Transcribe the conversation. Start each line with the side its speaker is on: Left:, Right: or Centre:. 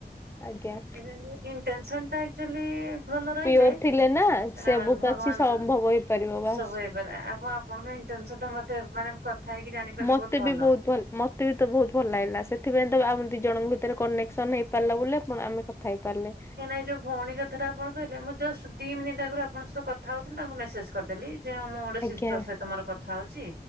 Left: ଆଜ୍ଞା!
Right: ଏଇ ଯେମତି ଇନ୍ଟେନସନ ଟା ଆକ୍ଚୁଆଲି ଭଲ ରହିଲେ
Left: ପିଓର
Right: ଏଁ
Left: ଥିଲେ ନା ସବୁ
Right: ଭଗବାନ
Left: କିଛି ସମ୍ଭବ ହେଇପାରିବ ବାସ୍।
Right: ସବୁ ହେଇ ପାରେ ଆପଣ ଆପଣ କାଇଁ ଟେନସନ ଟା ମତେ ମାନେ କଥା ହେଇକି ଜାଣିପାରିଲେ
Left: ମତେ
Right: ବହୁତ୍ ଭଲ।
Left: ବି ବହୁତ ମତେ ବି ତ ବହୁତ୍ ଭଲ ଲାଗିଲା ସେଥିପେଇଁ ତ ଆମ ଦି ଜଣଙ୍କ ଭିତେରେ କନେକ୍ସନ ହେଇପାରିଲା ବୋଲି ଆପଣ ଆମେ କଥା ହେଇପାରିଲେ।
Right: ନାଇଁ ଯୋଉ ଭଉଣୀ କଥା ଟା ଆପଣ କହିଲେ ମୁଁ ଜଷ୍ଟ୍ ଦି ମିନିଟ ଆଗରୁ ଆପଣଙ୍କ ସହିତ କଥା ହଉଥିଲି ତ ମୁଁ ମେସେଜ୍ କରିଦେଲି ଯେ ଉଁ ମୁଁ ଗୋଟେ
Left: ଆଜ୍ଞା
Right: ସିଷ୍ଟର ସହିତ ମୋର କଥା ହଉଚି